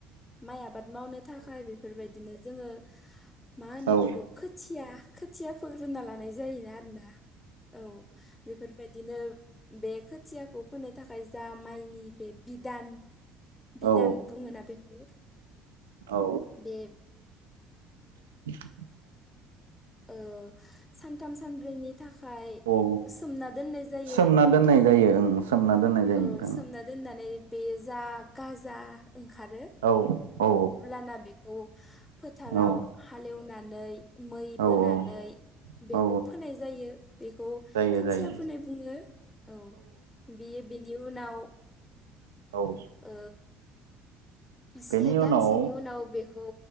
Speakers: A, on the left; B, on the right.
A: माइ आबाद मावनो थाखाय बेफोरबायदिनो जोङो मा होनो
B: औ
A: बेखौ खोथिया खोथिया फोग्रोना लानाय जायोना आरोना औ। बेफोरबायदिनो बे खोथियाखौ फोनो थाखाय जा माइनि बे बिदान। बिधान
B: औ
A: बुङोना बेखौ
B: औ
A: बे
B: <inaudible>
A: ओ सानथाम सानब्रैनि थाखाय
B: औ
A: सोमना दोननाय जायो।
B: सोमना दोननाय जायो ओं सोमना दोननाय जायो
A: औ
B: नोंथां
A: सोमना दोननानै बेयो जा गाजा ओंखारो
B: औ औ
A: अब्लाना बेखौ फोथाराव
B: औ
A: हालेवनानै मै बोनानै
B: औ औ
A: बेखौ
B: औ
A: फोनाय जायो बेखौ
B: जायो
A: खोथिया
B: जायो
A: फोनाय बुङो। औ बेयो बेनि उनाव
B: औ
A: ओ से
B: बेनि
A: दानसोनि
B: उनाव
A: उनाव बेखौ